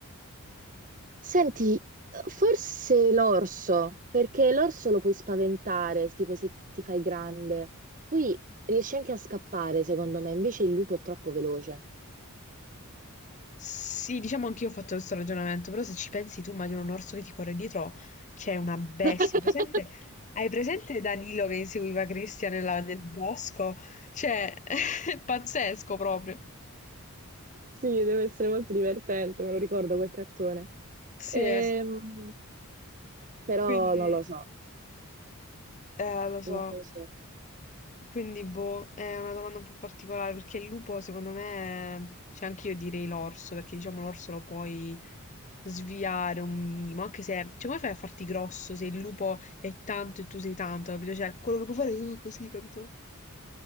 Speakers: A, on the right (about 35°); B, on the left (about 35°).
A: Senti, forse l'orso, perché l'orso lo puoi spaventare, tipo se ti fai grande. Poi riesci anche a scappare, secondo me, invece il lupo è troppo veloce.
B: Sì, diciamo anch'io ho fatto questo ragionamento, però se ci pensi tu immagino un orso che ti corre dietro, c'è una bestia.
A: <laughs>
B: Hai presente, hai presente Danilo che inseguiva Cristian nella- nel bosco? Cioè, <laughs> è pazzesco proprio.
A: Sì, deve essere molto divertente, me lo ricordo quel cartone.
B: Sì,
A: Ehm,
B: eh.
A: però
B: quindi,
A: non lo so,
B: eh, lo so.
A: non lo so.
B: Quindi, boh, è una domanda un po' particolare perché il lupo, secondo me, cioè anche io direi l'orso, perché diciamo l'orso lo puoi sviare un minimo, anche se, cioè, come fai a farti grosso se il lupo è tanto e tu sei tanto, capito? Cioè, quello che puoi fare è uh, così, capito?